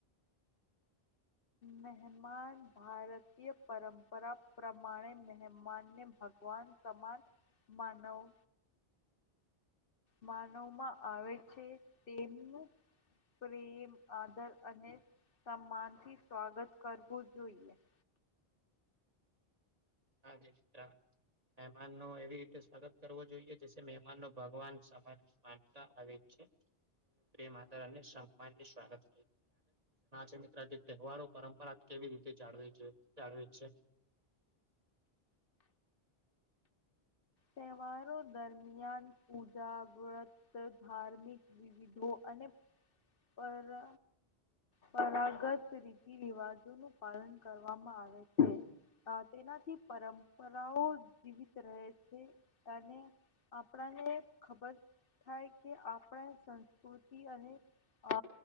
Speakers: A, on the left; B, on the right.
A: મહેમાન ભારતીય પરંપરા પ્રમાણે મહેમાનને ભગવાન સમાન માનવ માનવવામાં આવે છે તેમનું પ્રેમ આદર અને સન્માનથી સ્વાગત કરવું જોઈએ.
B: <unintelligible> મહેમાન ન એવી રીતે સ્વાગત કરવું જોઈએ જે મહેમાન નો ભગવાન સમાન માનતા આવે છે પ્રેમ આદર અને સંમાન સ્વાગત આ મિત્ર તહેવારો પરંપરા કેવી રીતે જાળ જાળવે છે
A: તહેવારો દરમિયાન પૂજા વ્રત ધાર્મિક વિવિધો અને પર પરાગત રીતિ રિવાજો નું પાલન કરવામાં આવે છે. તેનાથી પરંપરાઓ જીવિત રહે છે અને આપણાને ખબર થાય કે આપણે સંસ્કૃતિ અને અ